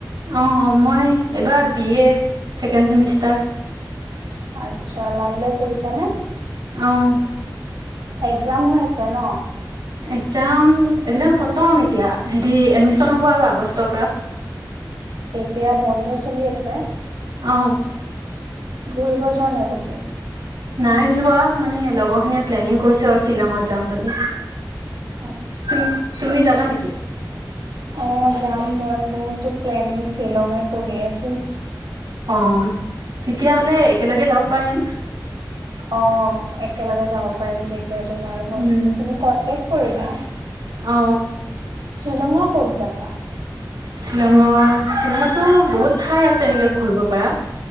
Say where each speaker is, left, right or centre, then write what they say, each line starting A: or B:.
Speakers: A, on the right; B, on the right.
A: অঁ মই এইবাৰ বি এ ছেকেণ্ড চেমিষ্টাৰ।
B: আচ্ছা লাইন লৈ পঢ়িছানে?
A: অঁ।
B: একজাম হৈ আছে ন?
A: এক্সাম, এক্সাম খতম এতিয়া হেৰি এডমিশ্যন হ'ব আৰু আগষ্টৰ পৰা।
B: এতিয়া বন্ধ চলি আছে?
A: অ
B: ঘূৰিব যোৱা নাই কতো?
A: নাই যোৱা। মানে লগৰখিনিয়ে প্লেনিং কৰিছে আৰু শ্বিলঙত যাম বুলি।
B: আচ্ছা।
A: তুমি তুমি যাবা নেকি?
B: অ যাম মই। মোৰতো প্লেনিং শ্বিলঙে কৰি আছোঁ।
A: অ তেতিয়াহ'লে একেলগে যাব পাৰিম।
B: অ একেলগে যাব পাৰিম তেতিয়া তোমাৰ লগত
A: উম
B: তুমি কনটেক কৰিবা।
A: অ
B: শ্বিলঙৰ ক'ত যাবা?
A: শ্বিলঙৰ, শ্বিলঙতো বহুত ঠাই আছে এনেকে ঘূৰিব পৰা।